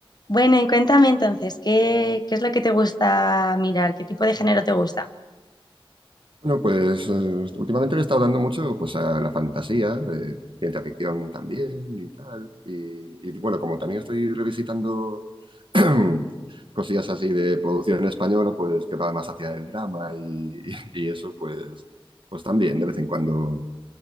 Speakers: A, on the left; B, on the right.
A: Bueno, y cuéntame entonces, ¿qué, qué es lo que te gusta mirar? ¿Qué tipo de género te gusta?
B: Bueno, pues eh, últimamente le he estado dando mucho pues, a la fantasía, eh, ciencia ficción también y tal. Y, y, bueno, como también estoy revisitando <clears throat> cosillas así de producción española, pues que va más hacia el drama y, <laughs> y eso, pues, pues también de vez en cuando,